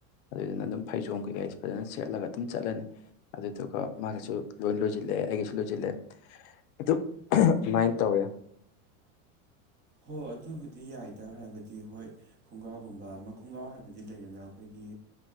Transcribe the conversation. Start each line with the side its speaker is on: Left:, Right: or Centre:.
Left: ꯑꯗꯨꯗꯨꯅ ꯑꯗꯨꯝ ꯐꯩꯖꯣꯝ ꯀꯩꯀꯩ ꯐꯖꯅ ꯁꯦꯠꯂꯒ ꯑꯗꯨꯝ ꯆꯠꯂꯅꯤ ꯑꯗꯨꯗꯨ ꯃꯥꯒꯁꯨ ꯂꯣꯏ ꯂꯣꯏꯁꯤꯜꯂꯦ ꯑꯩꯒꯁꯨ ꯂꯣꯏꯁꯤꯜꯂꯦ ꯑꯗꯨ ꯑꯗꯨꯃꯥꯏꯅ ꯇꯧꯔꯦ
Right: ꯍꯣꯏ ꯑꯗꯨꯕꯨꯗꯤ ꯌꯥꯏꯗ ꯍꯥꯏꯕꯗꯤ ꯍꯣꯏ ꯈꯨꯡꯒ꯭ꯔꯥꯎꯒꯨꯝꯕ ꯑꯃ ꯈꯨꯡꯒ꯭ꯔꯥꯎ ꯍꯥꯏꯕꯗꯤ ꯂꯩꯗꯅ ꯑꯩꯈꯣꯏꯒꯤ